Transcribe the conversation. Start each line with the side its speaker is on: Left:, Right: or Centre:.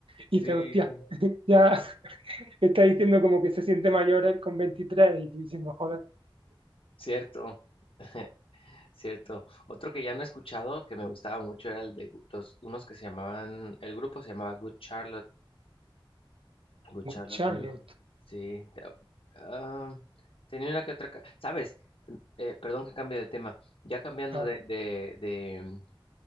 Left: Sí,
Right: Y dices, hostia,
Left: sí.
Right: ya <laughs> está diciendo como que se siente mayor con veintitrés y tú diciendo, joder,
Left: Cierto, <laughs> cierto. Otro que ya no he escuchado que me gustaba mucho era el de gu- los, unos que se llamaban, el grupo se llamaba Good Charlotte. Good Charlotte
Right: Charlotte.
Left: también. Sí. te- ah, tenía una que otra. ca- ¿Sabes? Eh, perdón que cambie de tema. Ya cambiando
Right: Ah,
Left: de, de, de,